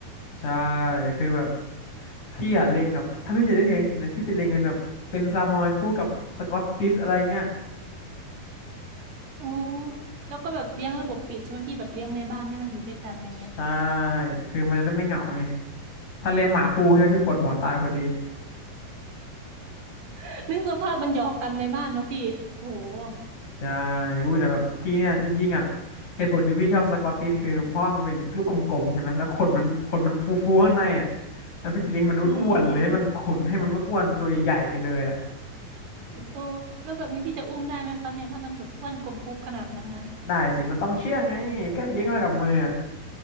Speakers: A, on the left; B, on the right.
A: ใช่คือแบบพี่อ่ะเล็งแบบถ้าพี่จะได้เลี้ยงจริงๆนะพี่จะเล็งเป็นแบบเป็นซามอยคู่กับสกอตติชอะไรเงี้ย
B: อ๋อแล้วก็แบบเลี้ยงระบบปิดใช่ไหมพี่แบบเลี้ยงในบ้านให้มันอยู่ด้วยกันอะไรเงี้ย
A: ใช่คือมันจะได้ไม่เหงาไงถ้าเลี้ยงหมาคู่ใช่ไหมพี่ปวดหัวตายพอดี
B: <laughs> อืม <laughs> นึกสภาพมันหยอกกันในบ้านเนอะพี่โอ้โห
A: ใช่อุ้ยแต่แบบพี่เนี่ยจริงๆอ่ะเหตุผลที่พี่ชอบสกอตติชคือเพราะว่ามันเป็นลูกกลมๆใช่ไหมแล้วขนมันขนมันฟูๆข้างในอ่ะแล้วพี่จะเลี้ยงให้มันอ้วนๆเลยให้มันขนให้มันอ้วนๆตัวใหญ่ๆไปเลยอ่ะ
B: อืมโอ้แล้วแบบนี้พี่จะอุ้มได้ไหมคะเนี่ยถ้ามันแบบอ้วนกลมปุ๊กขนาดนั้นนะ
A: ได้สิมันต้องเชื่องไงก็เลี้ยงมากับมืออ่ะ